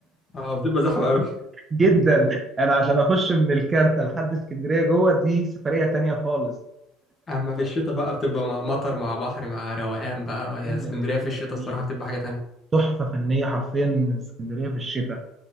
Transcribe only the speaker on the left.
اه بتبقى زحمة قوي
اما في الشتاء بقى بتبقى مع مطر مع بحر مع روقان بقى
يا اسكندرية
في الشتاء
الصراحة بتبقى حاجة تانية